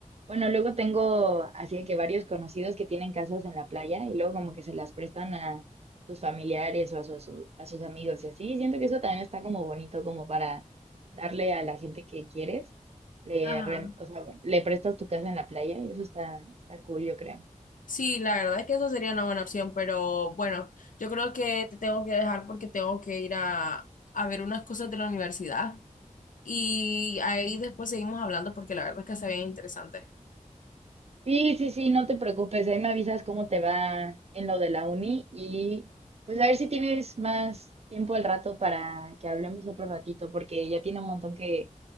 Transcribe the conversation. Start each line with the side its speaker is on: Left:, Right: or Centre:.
Right: bueno, luego tengo así de que varios conocidos que tienen casas en la playa y luego como que se las prestan a sus familiares o a sus, a sus amigos y así. Siento que eso también está como bonito, como para darle a la gente que quieres, le
Left: Ajá.
Right: rent, o sea, bueno, le prestas tu casa en la playa y eso está, está cool, yo creo.
Left: Sí, la verdad es que eso sería una buena opción, pero bueno, yo creo que te tengo que dejar porque tengo que ir a, a ver unas cosas de la universidad y ahí después seguimos hablando porque la verdad es que está bien interesante.
Right: Sí, sí, sí, no te preocupes, ahí me avisas cómo te va en lo de la uni y pues a ver si tienes más tiempo al rato para que hablemos otro ratito, porque ya tiene un montón que,